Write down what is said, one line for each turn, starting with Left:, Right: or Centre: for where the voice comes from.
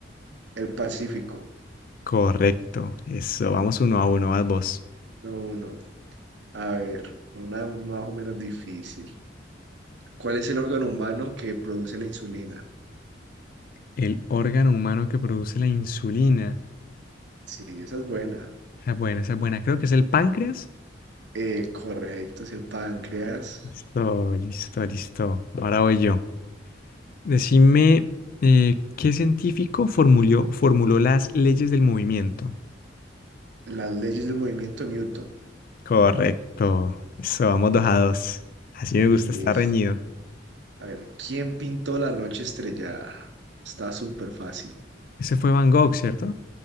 Right: El Pacífico.
Left: Correcto, eso, vamos uno a uno, a vos.
Right: No, uno. A ver, una más o menos difícil. ¿Cuál es el órgano humano que produce la insulina?
Left: El órgano humano que produce la insulina.
Right: Sí, esa es buena.
Left: Esa es buena, esa es buena, creo que es el páncreas.
Right: Eh, correcto, es el páncreas.
Left: Listo, listo, listo. Ahora voy yo. Decime, eh, ¿qué científico formuló, formuló las leyes del movimiento?
Right: Las leyes del movimiento Newton.
Left: Correcto, eso, vamos dos a dos. Así me gusta,
Right: Listo.
Left: estar reñido.
Right: A ver, ¿quién pintó la noche estrellada? Está súper fácil.
Left: Ese fue Van Gogh, ¿cierto?